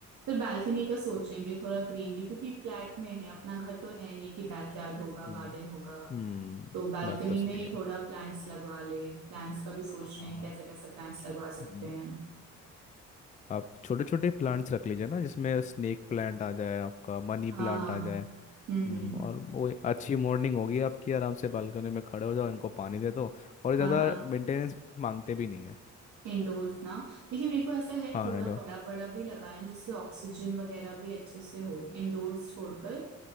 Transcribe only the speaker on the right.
फिर बालकनी का सोचेंगे थोड़ा ग्रीनरी क्योंकि फ्लैट में है अपना घर तो है नहीं कि बैकयार्ड होगा
गार्डन होगा
तो बालकनी
में ही
थोड़ा प्लांट्स लगवा ले प्लांट्स का भी सोच
रहे हैं कैसा कैसा प्लांट्स लगवा सकते
हैं
हाँ
हम्म
हम्म
हाँ हाँ
इंडोर्स ना लेकिन मेरे को ऐसा है
थोड़ा
बड़ा बड़ा भी लगाएं जिससे ऑक्सीजन वगैरह भी अच्छे से हो इंडोर्स छोड़कर